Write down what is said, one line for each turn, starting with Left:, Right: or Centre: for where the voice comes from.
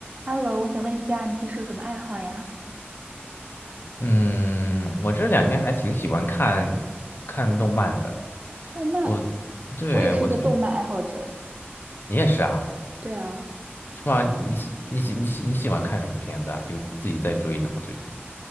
Right: Hello，我想问一下，你平时有什么爱好呀？
Left: 嗯，我这两天还挺喜欢看看动漫的。
Right: 动漫，
Left: 我，对，
Right: 我也是一个动漫爱好者诶。
Left: 我最，你也是啊，
Right: 对啊，
Left: 是吧？你喜你喜你喜你喜欢看什么片子啊？有自己在追的吗？最近？